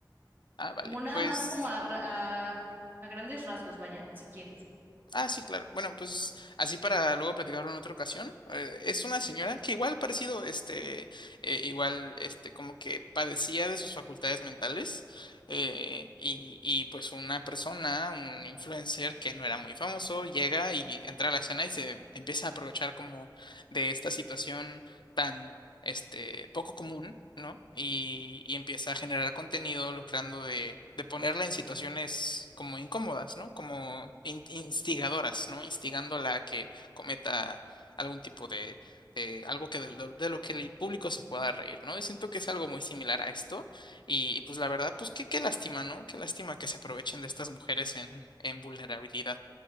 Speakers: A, on the left (about 85°); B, on the right (about 25°).
A: Ah, vale.
B: Como nada
A: Pues
B: más como a, ra- a, a grandes rasgos, vaya, si quieres.
A: Ah, sí, claro. Bueno, pues así para luego platicarlo en otra ocasión. Eh, es una señora que igual parecido, este, eh, igual, este, como que padecía de sus facultades mentales eh, y, y pues una persona, un influencer que no era muy famoso, llega y entra a la escena y se empieza a aprovechar como de esta situación. tan este, poco común, ¿no? Y, y empieza a generar contenido lucrando de, de ponerla en situaciones como incómodas, ¿no? Como in- instigadoras, ¿no? Instigándola a que cometa algún tipo de, de algo que de, lo de lo que el público se pueda reír, ¿no? Y siento que es algo muy similar a esto. Y, y pues la verdad, pues qué, qué lástima, ¿no? Qué lástima que se aprovechen de estas mujeres en, en vulnerabilidad.